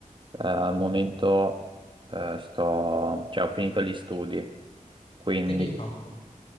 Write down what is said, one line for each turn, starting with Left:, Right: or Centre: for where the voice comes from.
Right: eh, al momento eh, sto, cioè, ho finito gli studi, quindi
Left: Te che hai fatto?